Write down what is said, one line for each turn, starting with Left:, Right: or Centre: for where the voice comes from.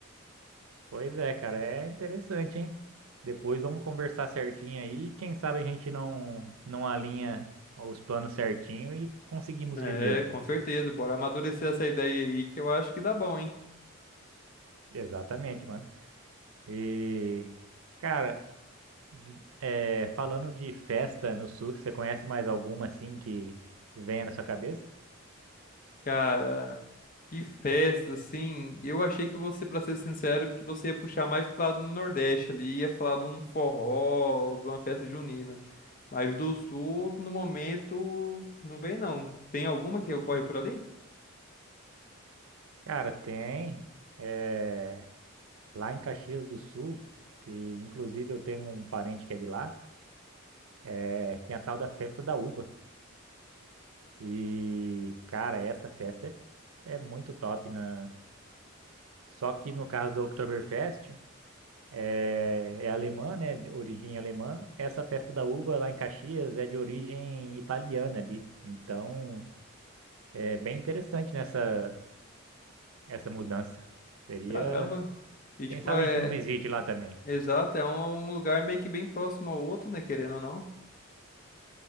Right: Pois é, cara, é interessante, hein? Depois vamos conversar certinho aí, quem sabe a gente não não alinha os planos certinho e conseguimos
Left: É,
Right: ir mesmo.
Left: com certeza. Bora amadurecer essa ideia aí, que eu acho que dá bom, hein?
Right: Exatamente, mano. E, cara, De- é, falando de festa no sul, você conhece mais alguma assim que venha na sua cabeça?
Left: Cara, que festa, assim. Eu achei que você, pra ser sincero, que você ia puxar mais pro lado do Nordeste ali, ia falar de um forró, ou de uma festa junina. Mas do Sul, no momento, não vem, não. Tem alguma que ocorre por ali?
Right: Cara, tem. é, lá em Caxias do Sul, que inclusive eu tenho um parente que é de lá, é, tem a tal da Festa da Uva. E, cara, essa festa é, é muito top, né? Só que no caso do Oktoberfest, é, é alemã, né? De origem alemã. Essa Festa da Uva lá em Caxias é de origem italiana ali. Então. É bem interessante nessa essa mudança. Seria,
Left: Caramba. E
Right: quem
Left: tipo,
Right: sabe
Left: é,
Right: a gente não visite lá também.
Left: Exato, é um, um lugar meio que bem próximo ao outro, né? Querendo ou não.